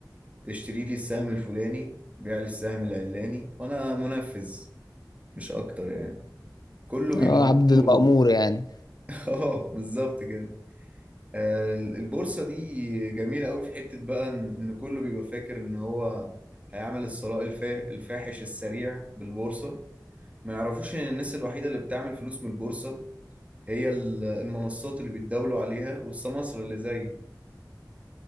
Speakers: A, on the right; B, on the left.
A: اشتري لي السهم الفلاني بيع لي السهم العلاني وانا منفذ مش اكتر يعني كله بيبقى
B: اه
A: عنده
B: عبد المأمور يعني
A: <laughs> اه بالظبط كده آه، البورصة دي جميلة قوي في حتة بقى إن إن كله بيبقى فاكر إن هو هيعمل الثراء الفا- الفاحش السريع بالبورصة ما يعرفوش إن الناس الوحيدة اللي بتعمل فلوس من البورصة هي ال- المنصات اللي بيتداولوا عليها والسماسرة اللي زي